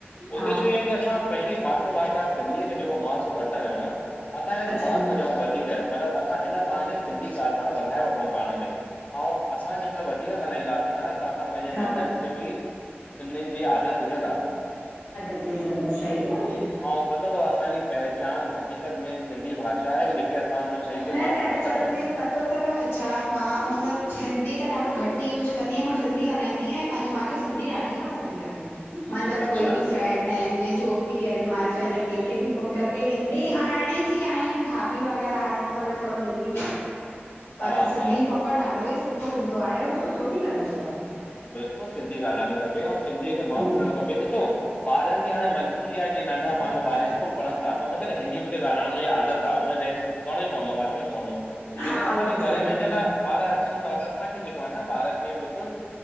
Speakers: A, on the left; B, on the left.
A: हा
B: उद्देश्य इहो आहे की असां पंहिंजी मातृभाषा सिंधीअ खे जेको महत्वु घट था ॾियूं असां हिनखे
A: अच्छा
B: महत्वु ॾियूं वधीक मतिलबु असां इन बहाने सिंधी ॻाल्हाइणु वधाए वठूं पाण में ऐं असां ॼेंमहिल वधीक ॻाल्हाईंदासीं न त असां पंहिंजे
A: हा
B: नंढनि खे बि सिंधयूंनि जी आदत विझंदा।
A: विझंदा सही आहे।
B: ऐंऊ पतो अथव असांजी पहचान उहा हक़ीक़त में सिंधी भाषा आहे जहिखे असां हुन शइ खे
A: न
B: महतव
A: त एक्चुअल
B: नथा ॾियउं
A: में पतो अथव, छा मां मतिलबु हिंदी त ॾाढो घटि ई यूज़ कंदी आहियां मां सिंधी ॻाल्हाईंदी आहियां पंहिंजी मूंखे सिंधी ॾाढी वणंदी आहे मुंहिंजा
B: अच्छा
A: कोई बि फ्रेंंड आहिनि या जो बि आहिनि माइट कंहिंखे बि फ़ोन करके हिंदी हाणे जी आहिनि भाभी वगैरह त उहे थोडो हिंदी बाकी
B: हा
A: सिंधी
B: हा
A: प्रोपर ॾाढो ई सुठो हूंदो आहे और सुठो बि लॻंदो आहे।
B: बिल्कुलु सिंधी ॻाल्हाइणी खपे ऐं सिंधीअ खे
A: आहे।
B: महत्वु ॾियण खपे डिसो ॿारिन जी हाणे मजबूरी आहे जीअं नंढा मानलो ॿारि इस्कूल पढ़न था त हुनखे हिंदी में ॻाल्हाइण हुनजी आदत आ हुनखे करणो ई पवंदो ॻाल्हाइणो ई पवंदो
A: हा
B: लेकिन असांजे
A: उहो त
B: घर
A: सही
B: में जिअं
A: ॻाल्हि
B: न
A: आहे।
B: ॿार अचनि था त असांखे जेको आहे न ॿारिन खे बिल्कुलु